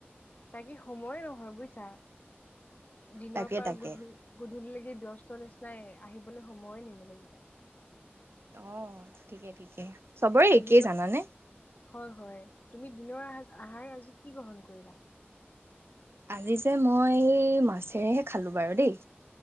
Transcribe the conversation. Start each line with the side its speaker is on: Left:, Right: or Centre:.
Left: তাকে সময়েই নহয় বুজিছা। দিনৰ
Right: তাকে
Left: পৰা
Right: তাকে
Left: গধলি, গধুলিলেকে এ ব্যস্ত নিচিনাই, আহিবলৈ সময়ে নিমিলে কিবা।
Right: অ', ঠিকে ঠিকে। চবৰে
Left: আজি
Right: একেই
Left: দিনত,
Right: জানানে
Left: হয়, হয় তুমি দিনৰ আহাৰ আজি কি গ্ৰহণ কৰিলা?
Right: আজি যে, মই এই মাছেৰেহে খালো বাৰু দেই।